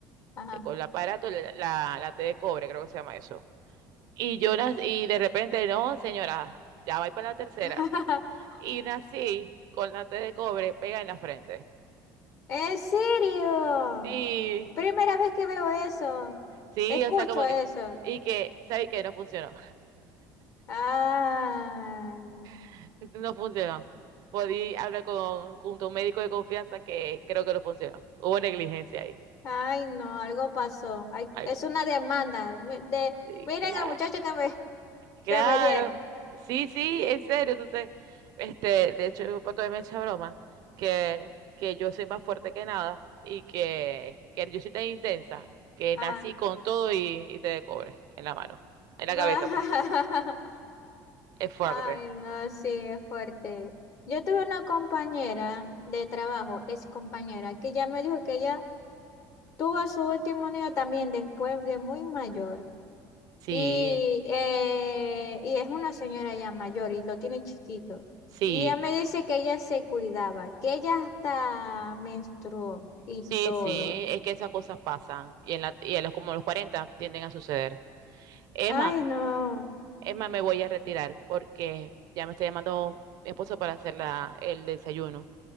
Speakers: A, on the left; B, on the right.
A: ajá.
B: Se con el aparato, la, la, la T de cobre, creo que se llama eso. Y Jonas, y de repente, no, señora, ya va para la tercera.
A: <laughs>
B: Y nací con la T de cobre pega en la frente.
A: ¿En serio?
B: Sí,
A: Primera vez que veo eso.
B: sí,
A: Escucho
B: o sea, como
A: eso.
B: que. Y que, ¿sabes qué? No funcionó.
A: Ay.
B: <laughs> No funcionó. Podí hablar con, con tu médico de confianza que creo que no funcionó. Hubo negligencia ahí.
A: Ay, no, algo pasó. Ay,
B: Algo.
A: es una demanda. mi- De,
B: Sí,
A: miren
B: claro.
A: al muchacho que me, <laughs>
B: Claro,
A: que me di.
B: sí, sí, en serio. Entonces, este, de hecho, mi papá todavía me echa broma que, que yo soy más fuerte que nada y que, que yo soy tan intensa que
A: Ajá.
B: nací con todo y, y te de cobre en la mano, en la
A: Va-
B: cabeza, pues.
A: <laughs>
B: Es fuerte.
A: Ay, no, sí, es fuerte. Yo tuve una compañera de trabajo, ex compañera, que ya me dijo que ella tuvo a su último niño también después de muy mayor.
B: Sí,
A: Y, eh, y es una señora ya mayor y lo tiene chiquito.
B: sí,
A: Y ella me dice que ella se cuidaba, que ella hasta menstruó y
B: sí,
A: todo.
B: sí, es que esas cosas pasan y en la, y a los como a los 40 tienden a suceder. Emma,
A: Ay, no.
B: Emma, me voy a retirar porque ya me está llamando mi esposo para hacer la, el desayuno.